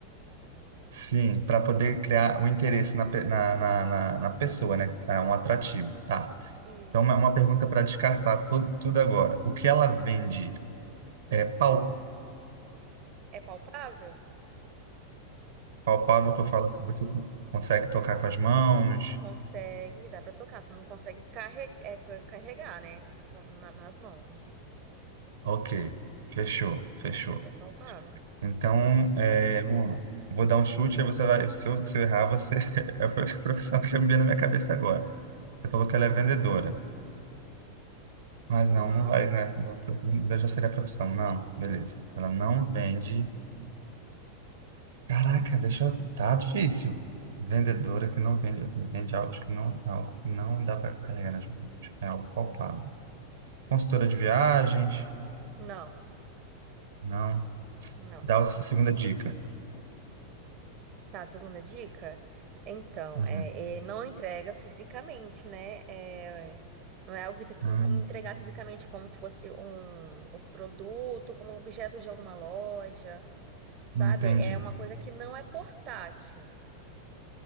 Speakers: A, on the right; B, on the right.
A: Sim, para poder criar o interesse na, pe- na, na, na, na pessoa, né? É um atrativo, tá?
B: Isso.
A: Então, uma uma pergunta para descartar to- tudo agora. O que ela vende é palpável?
B: É palpável?
A: Palpável que eu falo assim, você consegue tocar com as mãos?
B: Consegue, dá para tocar. Você não consegue carre- é, ca- carregar, né? Na- nas mãos,
A: Ok, fechou, fechou.
B: mas é palpável.
A: Então, é, vamos lá. Vou dar um chute, aí você vai. Se eu, se eu errar, você. <laughs> É a profissão que eu me veio na minha cabeça agora. Você falou que ela é vendedora. Mas não,
B: Aham.
A: não vai, né? Não- Já seria a profissão. Não, beleza. Ela não vende. Caraca, deixa eu... Tá difícil. Vendedora que não vende, vende algo que não, algo que não dá para carregar nas mãos. É algo palpável. Consultora de viagens?
B: Não,
A: Não.
B: não.
A: Dá a segunda dica.
B: Tá, segunda dica? Então,
A: Uhum.
B: é, é, não entrega fisicamente, né? É, não é algo que tem que
A: Hum,
B: como entregar fisicamente, como se fosse um, o produto, como objeto de alguma loja, sabe?
A: entendi.
B: É uma coisa que não é portátil.